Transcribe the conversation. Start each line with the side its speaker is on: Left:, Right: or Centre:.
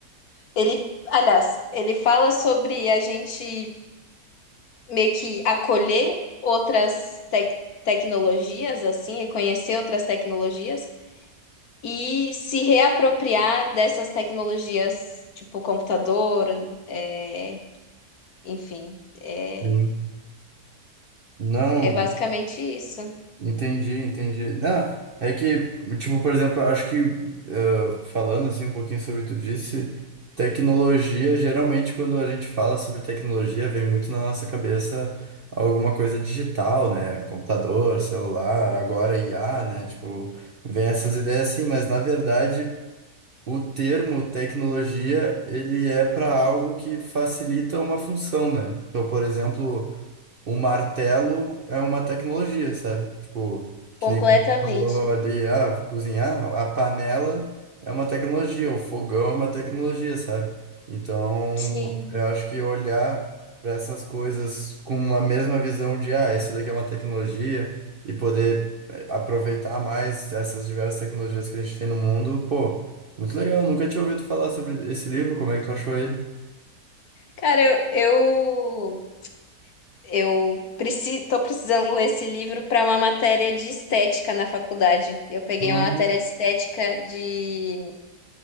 Left: Ele, aliás, ele fala sobre a gente meio que acolher outras tec tecnologias, assim, e conhecer outras tecnologias e se reapropriar dessas tecnologias, tipo computador, é, enfim, é,
Right: Sim. Não,
Left: é basicamente isso.
Right: Entendi, entendi. Não, é que, tipo, por exemplo, eu acho que, eh, falando assim um pouquinho sobre o que tu disse, tecnologia, geralmente quando a gente fala sobre tecnologia, vem muito na nossa cabeça alguma coisa digital, né? Computador, celular, agora IA, né? Tipo, vem essas ideias assim, mas na verdade, o termo tecnologia, ele é para algo que facilita uma função, né? Então, por exemplo um martelo é uma tecnologia, sabe? Tipo,
Left: Completamente.
Right: que nem quando você falou ali, ah, vou cozinhar, a panela é uma tecnologia, o fogão é uma tecnologia, sabe? Então,
Left: Sim.
Right: eu acho que olhar para essas coisas com a mesma visão de, ah, isso daqui é uma tecnologia e poder eh, aproveitar mais essas diversas tecnologias que a gente tem no mundo, pô, muito legal. Nunca tinha ouvido falar sobre esse livro, como é que tu achou ele?
Left: Cara, eu, eu, eu preci, tô precisando ler esse livro para uma matéria de estética na faculdade. Eu peguei
Right: Ah,
Left: uma matéria de estética de,